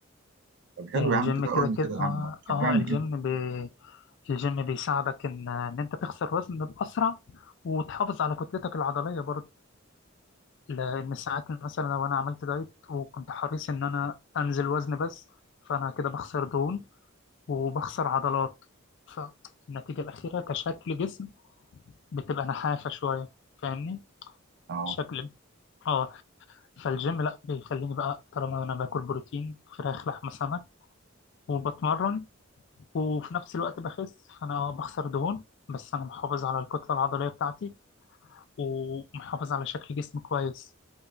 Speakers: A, on the right (about 60°); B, on the left (about 60°).
A: طب حلو
B: آه، الجيم
A: يا عم كده
B: كده
A: قول لي
B: كده
A: كده يا
B: اه
A: عم آه، شجعني
B: اه الجيم
A: كده
B: بي... الجيم بيساعدك إن آه، إن أنت تخسر وزن بأسرع وتحافظ على كتلتك العضلية برضو لأن ساعات مثلا لو أنا عملت دايت وكنت حريص إن أنا أنزل وزن بس فأنا كده بخسر دهون وبخسر عضلات فالنتيجة الأخيرة كشكل جسم بتبقى نحافة شوية فاهمني؟
A: اه
B: شكل اه فالجيم لا بيخليني بقى طالما انا باكل بروتين فراخ لحمه سمك وبتمرن وفي نفس الوقت بخس فانا اه بخسر دهون بس انا محافظ على الكتله العضليه بتاعتي ومحافظ على شكل جسمي كويس